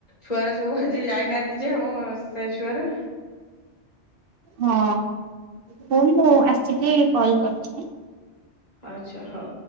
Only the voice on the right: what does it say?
ହଁ ହୋଉ ମୁଁ ଆସିକି କଲ କରିଚି।